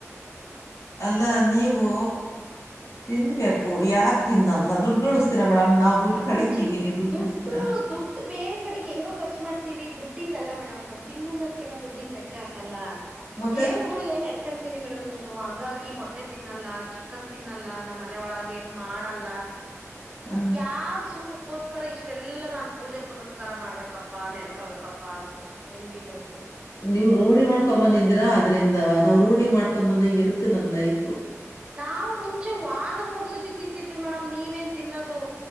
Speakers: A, on the left; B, on the right.
A: ಅಲ್ಲ ನೀವು, ತಿನ್ಬೇಕು ಯಾಕೆ ತಿನ್ನಲ್ಲ ದುಡ್ಡು ಉಳಿಸಸ್ತಿರಾ ಮೇಡಮ್ ನಾವು ದುಡ್ಡು ಕಳೀತೀವಿ
B: ಒಂದ್ ಚಿಕ್ಕ
A: ನೀವು
B: ದುಡ್ಡು
A: ಉಳಿಸ್ತೀರಾ
B: ದುಡ್ಡು ಬೇರೆ ಕಡೆಗೆ ಹೆಂಗೋ ಖರ್ಚು ಮಾಡ್ತೀವಿ ದುಡ್ಡು. ದುಡ್ಡಿಂದ ಅಲ್ಲ ಮೇಡಮ್ ನನ್ ತಿನ್ನುಣ್ಣದ್ಕ್ಕೆಲ್ಲ ದುಡ್ಡಿನ ಲೆಕ್ಕಾಕಲ್ಲ.
A: ಮತ್ತೆ
B: ದೇವರುಗಳಿಗೆ ಏನ್ ಎಡ್ಕಂತೀನಿ ಮೇಡಮ್ ನಾನು ಹಂಗಾಗಿ. ಮೊಟ್ಟೆ ತಿನ್ನಲ್ಲ ಚಿಕನ್ ತಿನ್ನಲ್ಲ ನಮ್ಮ್ ಮನೆ ಒಳಗ ಏನು ಮಾಡಲ್ಲ.
A: ಆ,
B: ಯ ಚುಖು <unintelligible> ಅದಕ್ಕೋಸ್ಕರ ಇಷ್ಟೆಲ್ಲಾ ನಾನ್ ಪೂಜೆ ಪುನಸ್ಕಾರ ಮಾಡ್ಬೇಕಪ್ಪಾ ನೆಡ್ಕಬೇಕಪ್ಪಾ ಅನ್ಸತ್ತ ನಿಮ್ದ ಇಲ್ಲದ್ದು.
A: ನೀವ್ ರೂಢಿ ಮಾಡ್ಕೊಂಬಂದಿದಿರಾ ಅದ್ರಿಂದ ನಾವ್ ರೂಢಿ ಮಾಡ್ಕೊಂದಂಗ ಇರುತ್ತೆ ನಮ್ ಲೈಫ್.
B: ನಾವು ಮುಂಚೆ ವಾರದ ಮೂರ್ ಸತಿ ತಿಂತಿದ್ವಿ ಮೇಡಮ್ ನೀವೇನ್ ತಿನ್ನೋದು.